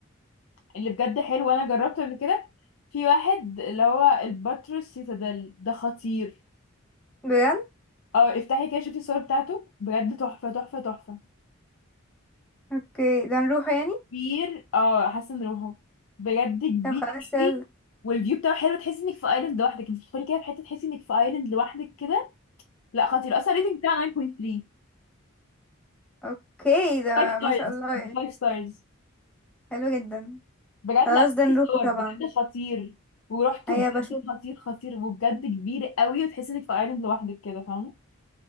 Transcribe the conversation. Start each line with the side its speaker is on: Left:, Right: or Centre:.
Left: اللي بجد حلو وانا جربته قبل كده في واحد اللي هو الباتروس سيتادل ده خطير
Centre: بجد
Left: اه افتحي كده شوفي الصور بتاعته بجد تحفه تحفه تحفه
Centre: اوكي ده نروح يعني
Left: كبير اه حاسه نروحه بجد كبير
Centre: طب خلاص يلا
Left: قوي والفيو بتاعه حلو تحسي انك في ايلاند لوحدك انت بتدخلي كده في حته تحسي انك في ايلاند لوحدك كده لا خطير اصلا الريتنج بتاعه 9.3
Centre: اوكي ده
Left: 5 ستارز
Centre: ما شاء الله يعني.
Left: 5 ستارز
Centre: حلو جدا
Left: بجد
Centre: خلاص
Left: لا
Centre: ده نروحه
Left: في صور
Centre: طبعا
Left: بجد خطير ورحته
Centre: هيا
Left: بجد
Centre: بشوف
Left: خطير خطير وبجد كبير قوي وتحسي انك في ايلاند لوحدك كده فاهمه